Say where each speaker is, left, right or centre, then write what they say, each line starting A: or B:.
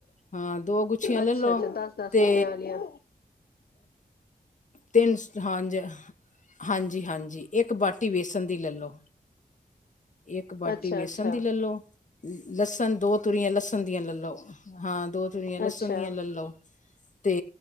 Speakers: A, on the left (about 50°); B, on the left (about 70°).
A: ਹਾਂ ਦੋ ਗੁੱਛੀਆਂ ਲੈਲੋ
B: ਅੱਛਾ ਅੱਛਾ ਦਸ ਦਸ
A: ਤੇ
B: ਪੱਤਿਆਂ ਵਾਲੀਆਂ
A: ਤਿੰਨ ਸ ਹਾਂਜੀ ਹਾਂਜੀ-ਹਾਂਜੀ ਇੱਕ ਬਾਟੀ ਵੇਸਨ ਦੀ ਲੈਲੋ। ਇੱਕ ਬਾਟੀ
B: ਅੱਛਾ
A: ਬੇਸਣ
B: ਅੱਛਾ
A: ਦੀ ਲੈਲੋ ਲੱਸਣ ਦੋ ਤੂਰੀਆਂ ਲੱਸਣ ਦੀਆਂ ਲੈਲੋ। ਹਾਂ ਦੋ ਤੁਰੀਆਂ ਲਸਣ
B: ਅੱਛਾ
A: ਦੀਆਂ ਲੈਲੋ ਤੇ